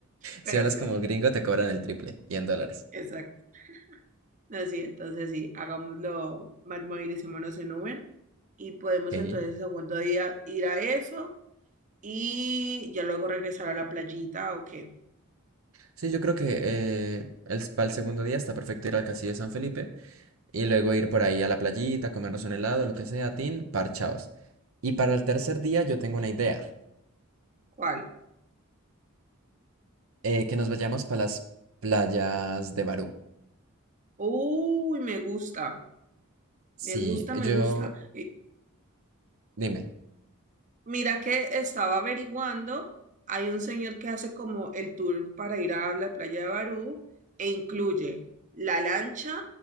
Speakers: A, on the right (about 35°); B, on the right (about 70°).
A: Pero
B: Si hablas
A: sí,
B: como gringo te cobran el triple y en dólares.
A: exacto. No, sí, entonces sí, hagámoslo, ma- movilicémonos en Uber y podemos
B: Ok.
A: entonces el segundo día ir a eso y ya luego regresar a la playita o qué.
B: Sí, yo creo que eh, el, para el segundo día está perfecto ir al Castillo de San Felipe y luego ir por ahí a la playita, comernos un helado, lo que sea, tin, parchaos. Y para el tercer día yo tengo una idea,
A: ¿Cuál?
B: eh, que nos vayamos para las playas de Barú.
A: Uy, me gusta,
B: Sí,
A: me gusta,
B: yo,
A: me gusta. Y
B: dime,
A: mira que estaba averiguando, hay un señor que hace como el tour para ir a la playa de Barú e incluye la lancha,